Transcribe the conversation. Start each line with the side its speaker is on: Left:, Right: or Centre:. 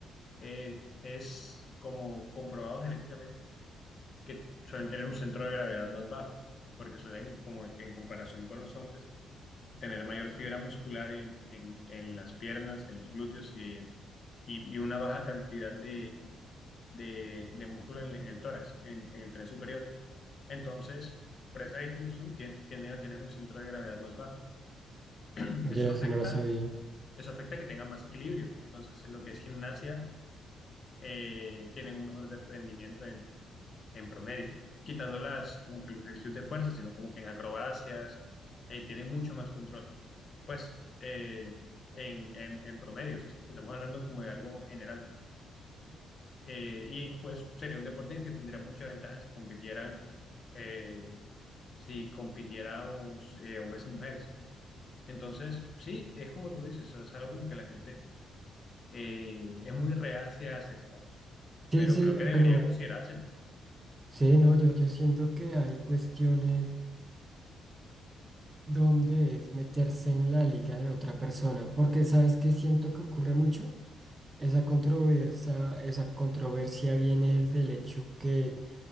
Left: eh, es como comprobado genéticamente que suelen tener un centro de gravedad más bajo, porque suelen, como que en comparación con los hombres, tener mayor fibra muscular en, en- en las piernas, en los glúteos y, en- y- y una baja cantidad de, de- de músculo en, en el tórax, en, en el tren superior. Entonces, por esa distribución tien- tienden a tener un centro de gravedad más bajo. <clears throat>
Right: Yo
Left: Eso
Right: no
Left: afecta,
Right: sé, no lo sabía.
Left: eso afecta que tengan más equilibrio. Entonces, en lo que es gimnasia, eh, tienen un mejor de- rendimiento en promedio, quitándolas como que los ejercicios de fuerza, sino como que en acrobacias, eh, tiene mucho más control. Pues eh, en, en, en promedio, o sea, est- estamos hablando como de algo general. Eh, y pues sería un deporte en el que tendría mucha ventaja si compitieran, eh, si compitiéramos eh, hombres y mujeres. Entonces, sí, es como tú dices, o sea, es algo como que la gente eh, es muy reacia a aceptar,
Right: Sí,
Left: pero
Right: sí,
Left: creo que debería
Right: pero
Left: considerarse, ¿no?
Right: sí, no, yo, yo siento que hay cuestiones donde es meterse en la liga de otra persona, porque ¿sabes qué siento que ocurre mucho? Esa controversia, esa controversia viene del hecho que